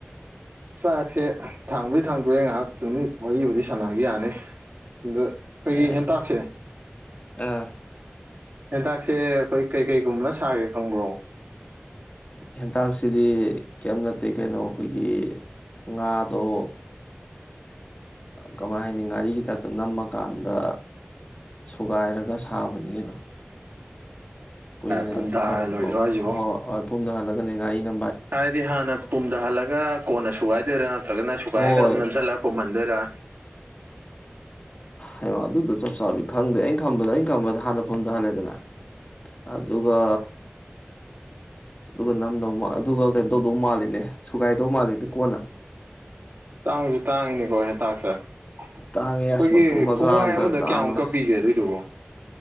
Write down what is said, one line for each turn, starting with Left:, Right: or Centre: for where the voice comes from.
Right: ꯆꯥꯛꯁꯦ ꯊꯥꯡꯕꯩ ꯊꯥꯡꯗꯣꯏꯦ ꯉꯥꯏꯍꯥꯛ ꯆꯨꯡꯃꯤꯠ ꯃꯔꯤꯕꯕꯨꯗꯤ ꯁꯅꯒ ꯌꯥꯅꯤ ꯑꯗ ꯑꯩꯈꯣꯏꯒꯤ
Left: ꯌꯥꯏ
Right: ꯍꯦꯟꯇꯥꯛꯁꯦ
Left: ꯑꯥ
Right: ꯍꯦꯟꯇꯥꯛꯁꯦ ꯑꯩꯈꯣꯏ ꯀꯩꯀꯩꯒꯨꯝꯕꯅ ꯁꯥꯒꯦ ꯈꯪꯕ꯭ꯔꯣ
Left: ꯍꯦꯟꯇꯥꯛꯁꯤꯗꯤ ꯀꯔꯤꯝ ꯅꯠꯇꯦ ꯀꯩꯅꯣ ꯑꯩꯈꯣꯏꯒꯤ ꯉꯥꯗꯣ ꯀꯃꯥꯏ ꯍꯥꯏꯅꯤ ꯉꯥꯔꯤꯒꯤꯇꯞꯇ ꯅꯝꯃꯀꯥꯟꯗ ꯁꯨꯒꯥꯏꯔꯒ ꯁꯥꯕꯅꯤ ꯀꯩꯅꯣ ꯀꯨꯏꯅ
Right: ꯄꯨꯝꯊꯥꯅ
Left: ꯈꯔ
Right: ꯂꯣꯏꯗ꯭ꯔꯣ ꯍꯥꯏꯁꯤꯕꯣ
Left: ꯍꯣꯏ ꯍꯣꯏ ꯄꯨꯝꯗꯍꯜꯂꯒꯅꯦ ꯉꯥꯔꯤꯅ
Right: ꯍꯥꯏꯗꯤ ꯍꯥꯟꯅ ꯄꯨꯝꯗ ꯍꯜꯂꯒ ꯀꯣꯟꯅ ꯁꯨꯒꯥꯏꯗꯣꯏꯔꯥ ꯅꯠꯇ꯭ꯔꯒꯅ ꯁꯨꯒꯥꯏꯔꯒ
Left: ꯍꯣꯏ
Right: ꯑꯗꯨꯝ ꯅꯝꯁꯤꯜꯂ ꯄ ꯃꯗꯔ
Left: ꯍꯡ ꯑꯗꯨꯗꯣ ꯆꯞ ꯆꯥꯕꯕꯤ ꯈꯪꯗ꯭ꯔꯦ ꯑꯩꯅ ꯈꯝꯕꯗ ꯑꯩꯅ ꯈꯝꯕꯗ ꯍꯥꯟꯅ ꯐꯣꯟꯊꯍꯜꯂꯦꯗꯅ ꯑꯗꯨꯒ ꯑꯗꯨꯒ ꯅꯝꯗꯧ ꯑꯗꯨꯒ ꯀꯩꯅꯣ ꯇꯧꯗꯧ ꯃꯥꯜꯂꯤꯅꯦ ꯁꯨꯒꯥꯏꯗꯧ ꯃꯥꯜꯂꯤꯅꯦ ꯀꯣꯟꯅ
Right: ꯇꯥꯡꯁꯨ ꯇꯥꯡꯉꯤꯅꯤ ꯀꯣꯁꯦ ꯇꯥꯛꯁꯦ ꯑꯩꯈꯣꯏꯒꯤ
Left: ꯇꯥꯡꯉꯦ ꯑꯁ ꯃꯇꯨꯝ ꯃꯆꯥ
Right: ꯐꯨꯃꯥꯏ
Left: ꯑꯝꯗ
Right: ꯑꯃꯗ
Left: ꯇꯥꯡꯕꯅꯦ
Right: ꯀꯌꯥꯃꯨꯛꯀ ꯄꯤꯒꯦ ꯑꯗꯨꯏꯗꯨꯕꯣ